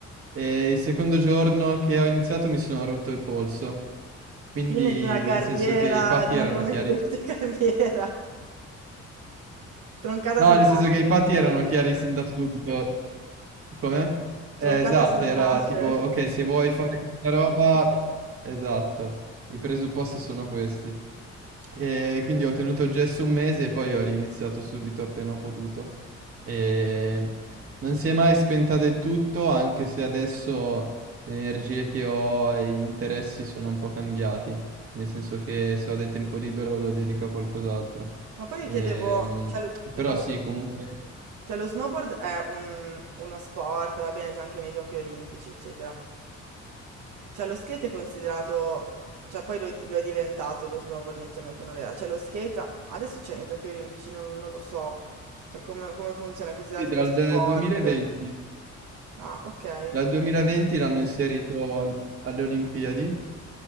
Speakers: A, on the right; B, on the right.
A: E il secondo giorno che ho iniziato mi sono rotto il polso. Quindi
B: Fine di una carriera,
A: nel senso che i patti
B: di
A: erano
B: una promettente
A: chiari.
B: <laughs> carriera, troncata
A: No,
B: sul
A: nel
B: nascere,
A: senso che i patti erano chiari sin da subito. Come? Eh,
B: troncata
A: esatto,
B: sul
A: era
B: nascere.
A: tipo, ok, se vuoi fare questa roba, esatto, i presupposti sono questi. E quindi ho tenuto il gesso un mese e poi ho riniziato subito appena ho potuto. E non si è mai spenta del tutto, anche se adesso le energie che ho e gli interessi sono un po' cambiati, nel senso che se ho del tempo libero lo dedico a qualcos'altro.
B: Ma poi mi
A: Ehm,
B: chiedevo, cioè,
A: però
B: lo,
A: sì, comunque...
B: Cioè lo snowboard è un- uno sport, va bene, c'è anche nei giochi olimpici, eccetera. Cioè lo skate è considerato, cioè poi lo è, lo è diventato lo snowboard inizialmente non lo era. Cioè lo skate a- adesso c'è nei giochi olimpici, non, non lo so. Cioè come, come funziona, è considerato
A: Sì, dal
B: uno sport.
A: 2020.
B: Ah, ok. Eh,
A: Dal 2020 l'hanno inserito alle Olimpiadi.